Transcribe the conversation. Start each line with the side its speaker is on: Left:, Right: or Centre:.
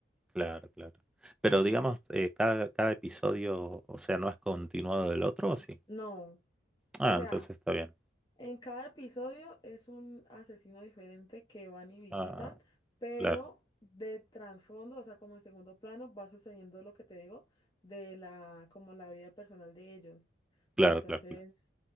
Centre: claro, claro. Pero digamos, eh, cada, cada episodio, o sea, no es continuado del otro, ¿o sí?
Left: No.
Centre: Ah,
Left: O sea,
Centre: entonces está bien.
Left: En cada episodio es un asesino diferente que van y visitan,
Centre: Ah,
Left: pero
Centre: claro.
Left: de trasfondo, o sea, como en segundo plano, va sucediendo lo que te digo de la, como la vida personal de ellos.
Centre: Claro,
Left: Entonces,
Centre: claro, claro.